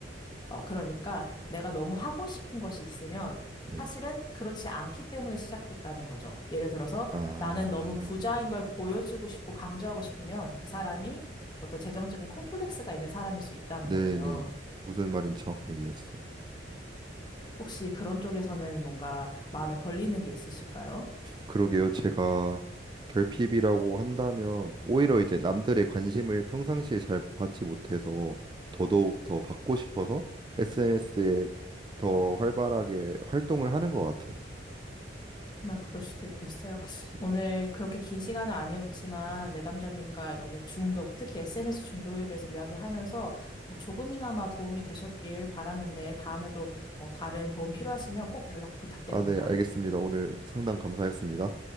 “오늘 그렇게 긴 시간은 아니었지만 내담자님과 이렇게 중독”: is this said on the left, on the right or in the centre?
Left